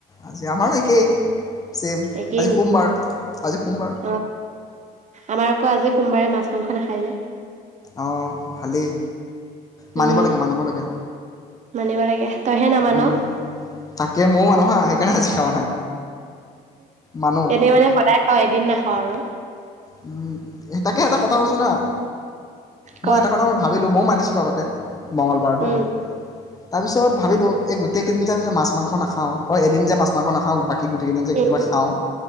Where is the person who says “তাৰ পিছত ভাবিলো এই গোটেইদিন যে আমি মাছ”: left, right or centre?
Left